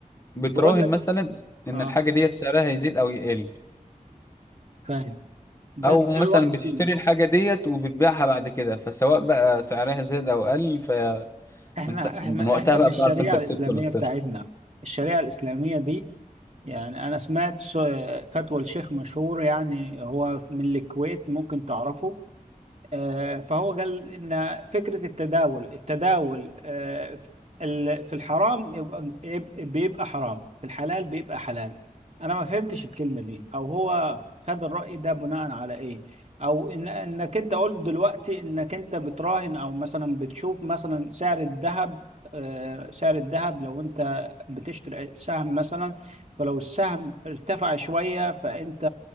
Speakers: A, on the left (about 20°); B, on the right (about 50°).
A: بتراهن
B: بقول لك
A: مثلا ان
B: اه
A: الحاجه ديت سعرها هيزيد او يقل
B: فاهم بس
A: او
B: دلوقتي
A: مثلا بتشتري الحاجه ديت وبتبيعها بعد كده فسواء بقى سعرها زاد او قل فمن
B: احنا
A: س...
B: احنا
A: من وقتها
B: احنا
A: بقى
B: في الشريعة
A: بتعرف انت كسبت
B: الإسلامية
A: ولا خسرت
B: بتاعتنا الشريعة الإسلامية دي يعني أنا سمعت س- فتوى الشيخ مشهور يعني هو من الكويت ممكن تعرفه آه، فهو قال ان فكره التداول التداول آه، ال- في الحرام يبقى يبقى- بيبقى حرام في الحلال بيبقى حلال انا ما فهمتش الكلمه دي او هو خد الراي ده بناء على ايه او إن انك انت قلت دلوقتي انك انت بتراهن او مثلا بتشوف مثلا سعر الذهب آه، سعر الذهب لو انت بتشتري سهم مثلا فلو السهم ارتفع شويه فانت